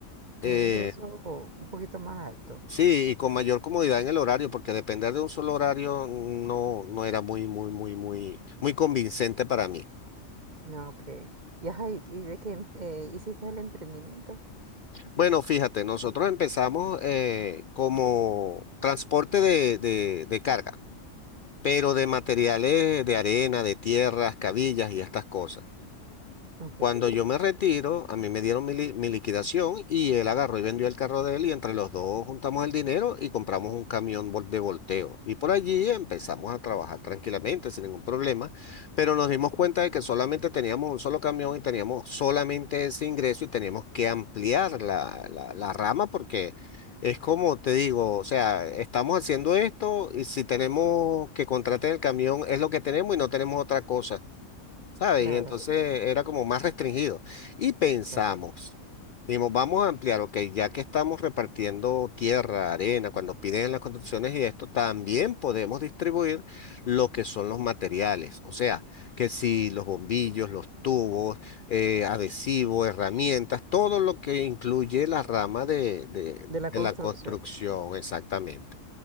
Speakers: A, on the right (about 35°); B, on the left (about 60°).
A: Un
B: eh,
A: ingreso un poquito más alto.
B: sí, y con mayor comodidad en el horario, porque depender de un solo horario no, no era muy, muy, muy, muy, muy convincente para mí.
A: Ah, ok. Y, ajá, ¿y, y de qué em- eh, hiciste el emprendimiento?
B: Bueno, fíjate, nosotros empezamos eh, como transporte de, de- de carga, pero de materiales de arena, de tierras, cabillas y estas cosas.
A: Ok,
B: Cuando yo me retiro, a mí me dieron mi, li- mi liquidación y él agarró y vendió el carro de él y entre los dos juntamos el dinero y compramos un camión vol- de volteo. Y por allí empezamos a trabajar tranquilamente, sin ningún problema, pero nos dimos cuenta de que solamente teníamos un solo camión y teníamos solamente ese ingreso y teníamos que ampliar la, la, la rama porque es como te digo, o sea, estamos haciendo esto y si tenemos que contratar el camión es lo que tenemos y no tenemos otra cosa. ¿sabes?
A: claro,
B: Y entonces era como más restringido. Y pensamos,
A: exacto.
B: dijimos, vamos a ampliar, ok, ya que estamos repartiendo tierra, arena, cuando piden las construcciones y esto, también podemos distribuir lo que son los materiales. O sea, que si los bombillos, los tubos, eh, adhesivos, herramientas, todo lo que incluye la rama de, de
A: De la
B: de
A: construcción.
B: la construcción, exactamente.